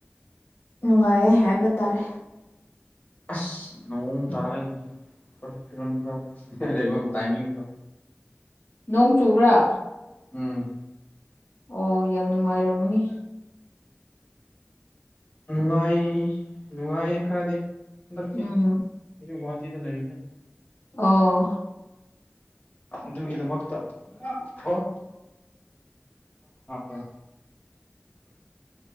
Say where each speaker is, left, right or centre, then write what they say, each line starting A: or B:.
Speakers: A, on the left (about 65°); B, on the left (about 40°).
A: ꯅꯨꯡꯉꯥꯏꯌꯦ ꯍꯥꯏꯕ ꯇꯥꯔꯦ
B: ꯑꯁ ꯅꯣꯡ ꯇꯔꯛꯑꯦꯅꯦ ꯐꯨꯔꯤꯠ ꯐꯤꯔꯣꯟ ꯈꯔ ꯁꯨꯅꯤꯡꯉꯥꯏ ꯂꯩꯕ ꯇꯥꯏꯃꯤꯡꯗꯣ
A: ꯅꯣꯡ ꯆꯨꯕ꯭ꯔꯥ
B: ꯎꯝ
A: ꯑꯣ ꯌꯥꯝ ꯅꯨꯡꯉꯥꯏꯔꯝꯒꯅꯤ
B: ꯅꯣꯏ ꯅꯨꯡꯉꯥꯏ ꯈꯔꯗꯤ ꯍꯟꯗꯛꯇꯤ
A: ꯎꯝ
B: ꯑꯩꯖꯨ ꯒꯨꯍꯥꯇꯤꯗ ꯂꯩꯕꯅꯦ
A: ꯑꯣ
B: ꯑꯗꯨꯒꯤꯗꯃꯛꯇ ꯑꯣ <unintelligible>